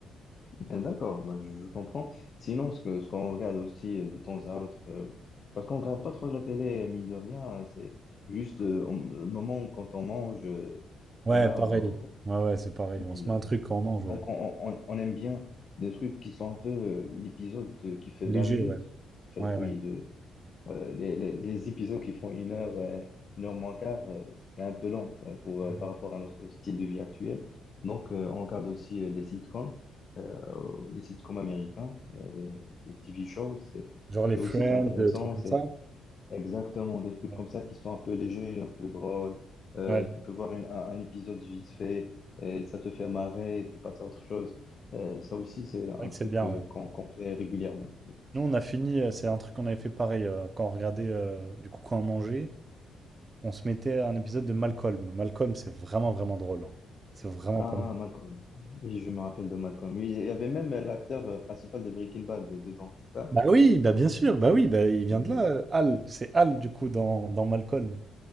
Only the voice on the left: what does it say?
Bien, D'accord, bah, je, je comprends. Sinon, ce que, ce qu'on regarde aussi euh, de temps à autre, euh, parce qu'on regarde pas trop la télé, mine de rien, euh, c'est juste euh, on- le moment où- quand on mange, euh,
voilà,
euh,
oui.
euh,
donc,
on, on- on aime bien des trucs qui sont un peu euh, l'épisode de- qui fait
20 minutes,
en fait,
oui,
euh, les, les- les épisodes qui font une heure, euh, une heure moins quart, euh, c'est un peu long euh, pour, euh,
par rapport à notre style de vie actuel. Donc, euh, on regarde aussi euh, les sitcoms, euh, les sitcoms américains, euh, les, les TV shows. C'est,
c'est
aussi c'est intéressant.
C'est
exactement des trucs
comme ça qui sont un peu légers, un peu drôles. Euh,
tu peux voir une- un, un épisode vite fait et ça te fait marrer et tu passes à autre chose. Euh, ça aussi,
c'est un
truc
euh,
qu'on qu'on fait régulièrement.
Ah,
Malcolm. Oui, je me rappelle de Malcolm. Oui, il y avait même l'acteur euh, principal de Breaking Bad dedans, c'est ça?
Oui,